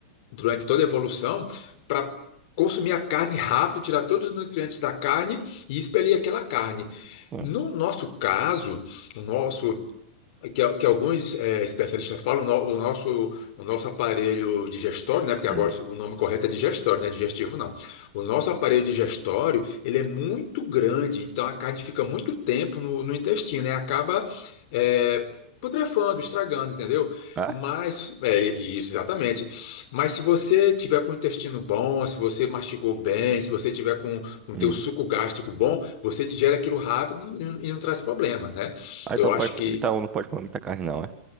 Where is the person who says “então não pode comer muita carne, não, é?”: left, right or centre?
Right